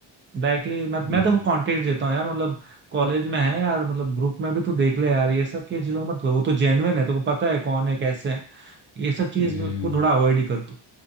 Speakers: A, on the right; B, on the left.
A: डायरेक्टली मैं मैं
B: हम्म,
A: तेरे को कांटेक्ट देता हूँ यार मतलब कॉलेज में है यार मतलब ग्रुप में भी तू देख ले यार ये सब की चीजों को मत वो तो जेन्युइन है तेरे को पता है कौन है कैसे है ये सब चीज
B: हम्म, हम्म।
A: को थोड़ा अवॉइड ही कर तू